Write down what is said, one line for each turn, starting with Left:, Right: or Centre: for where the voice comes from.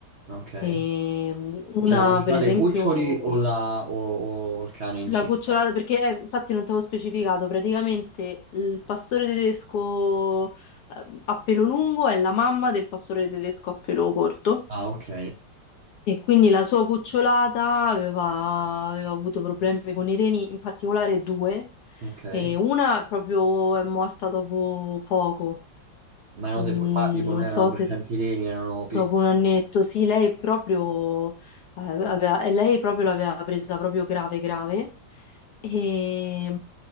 Right: ok.
Left: e una
Right: Cioè la cucina
Left: per esempio
Right: dei cuccioli o, la- o- o il cane incinta?
Left: la cucciolata perché eh, infatti non ti avevo specificato, praticamente il pastore tedesco eh, a pelo lungo è la mamma del pastore tedesco a pelo corto.
Right: Ah, ok,
Left: E quindi la sua cucciolata aveva, aveva avuto problemi con i reni, in particolare due,
Right: ok.
Left: e una proprio è morta dopo poco.
Right: Ma erano
Left: Mm,
Right: deformati, tipo
Left: non
Right: non erano
Left: so
Right: presenti
Left: se
Right: i reni, erano piccoli.
Left: Dopo un annetto, sì, lei proprio, eh, aveva- e lei proprio l'aveva presa proprio grave, grave, e,